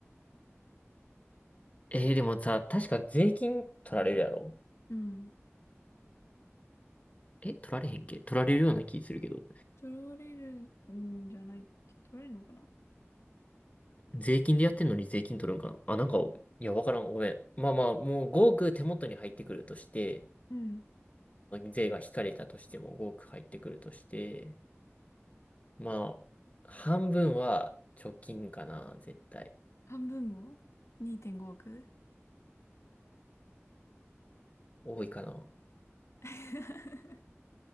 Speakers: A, on the left (about 30°); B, on the left (about 70°).
A: えー、でもさ、確か税金取られるやろ
B: うん。
A: え、取られへんっけ取られるような気するけど。
B: 取られるんじゃないっけ取られるのかな
A: 税金でやってんのに税金取るんかなあ、なんか、いや、わからん。ごめん。まあまあ、もう5億手元に入ってくるとして、
B: うん。
A: 税が引かれたとしても5億入ってくるとして、まあ、半分は貯金かな、絶対。
B: 半分も ?2.5 億
A: 多いかな。
B: <laughs>